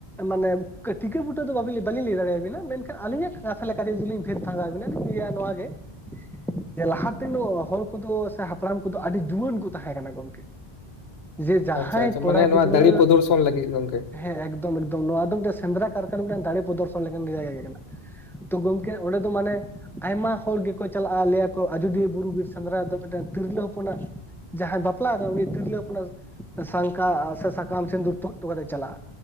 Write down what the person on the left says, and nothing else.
ᱟᱪᱪᱷᱟ ᱟᱪᱪᱷᱟ
ᱢᱟᱱᱮ ᱱᱚᱣᱟ
ᱫᱟᱲᱮ ᱯᱨᱚᱫᱚᱨᱥᱚᱱ ᱞᱟᱹᱜᱤᱫ ᱜᱚᱝᱠᱮ